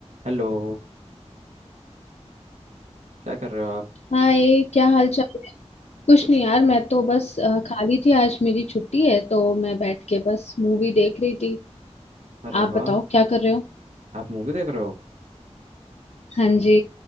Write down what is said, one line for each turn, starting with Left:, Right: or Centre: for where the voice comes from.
Right: हेलो क्या कर रहे हो आप
Left: हाय क्या हाल चाल है? कुछ
Right: कुछ
Left: नहीं यार मैं तो बस अ, खाली थी आज मेरी छुट्टी है तो मैं बैठ के बस मूवी देख रही थी
Right: अरे
Left: आप
Right: वाह
Left: बताओ क्या कर रहे हो
Right: आप मूवी देख रहे हो
Left: हाँ जी